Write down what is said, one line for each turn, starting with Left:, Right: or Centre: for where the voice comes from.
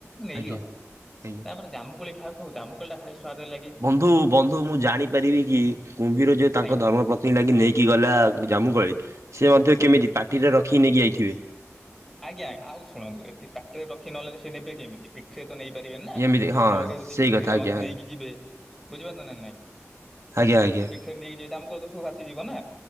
Centre: ନେଇକି
Right: ଆଜ୍ଞା।
Centre: ଗଲା,
Right: ଆଜ୍ଞା।
Centre: ତାପରେ ଜାମୁକୁଳି ଖାଉ ଖାଉ ଜାମୁକୁଳି ଟା ଭାରି ସ୍ଵାଦ ଲାଗ
Right: ବନ୍ଧୁ ବନ୍ଧୁ ମୁଁ ଜାଣି ପାରିବି କି କୁମ୍ଭୀର ଯେ ତାଙ୍କ
Centre: ଆଜ୍ଞା
Right: ଧର୍ମ ପ ସ୍ତ୍ରୀ ଲାଗି ନେଇକି ଗଲା ଜାମୁକୋଳି ସେ ମଧ୍ୟ
Centre: ଆଜ୍ଞା
Right: କେମିତି ପାଟିରେ ରଖିକି ନେଇକି ଯାଇଥିବେ?
Centre: ଆଜ୍ଞା ଆଉ ଶୁଣନ୍ତୁ ଏ ପାଟିରେ ରଖି ନ ନେଲେ ସେ ନେବେ କେମିତି? ପିଠିରେ ତ ନେଇ ପାରିବେନି ନା।
Right: ଯେମିତି ହଁ
Centre: ନଈରେ ଯଦି
Right: ସେଇ
Centre: ପିଠିରେ
Right: କଥା ଆଜ୍ଞା
Centre: ନଥ
Right: ଆଜ୍ଞା।
Centre: ନେଇକି ଯିବେ, ବୁଝିପାରୁଚ ନା ନାଇଁ।
Right: ଆଜ୍ଞା, ଆଜ୍ଞା।
Centre: ଠ ନେଇକି ଯିବେ ଜାମକୁଳି ତ ସବୁ ଭାସିଯିବ ନା,